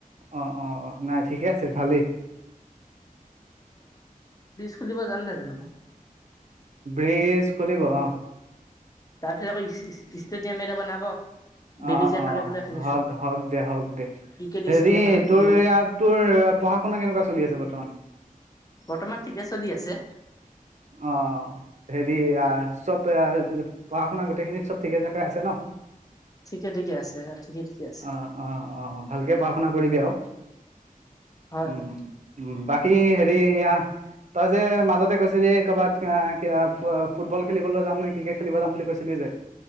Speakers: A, on the right; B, on the left.
A: অ অ অ নাই ঠিকে আছে ভালেই।
B: খোলিব জান নেজান?
A: ব্ৰিজ খুলিব অ
B: তাৰপিছত আকৌ ষ্টেডিয়াম এটা বনাব। বেবেজীয়া
A: অ অ
B: ফালে বোলে শুনিছো
A: হওক হওক দে হওক দে
B: ক্ৰিকেট
A: হেৰি
B: ষ্টেডিয়াম এখন খুলিব।
A: তোৰ ইয়াত তোৰ পঢ়া শুনা কেনেকুৱা চলি আছে বৰ্তমান।
B: বৰ্তমান ঠিকে চলি আছে
A: অ হেৰি চব পঢ়া শুনা কৰি গোটেইখিনিত চব ঠিকে থাকে আছে ন
B: ঠিকে ঠিকে আছে ঠিকে ঠিকে আছে
A: অ অ অ ভালকে পা- কৰিবি আৰু
B: হয়
A: উম
B: হয়
A: উম বাকী সি হেৰি তই যে মাজতে কৈছ। ক'ৰবাত ফুটবল খেলিবলৈ যাম নে ক্ৰিকেট খেলিব যাম বুলি কৈছিলি যে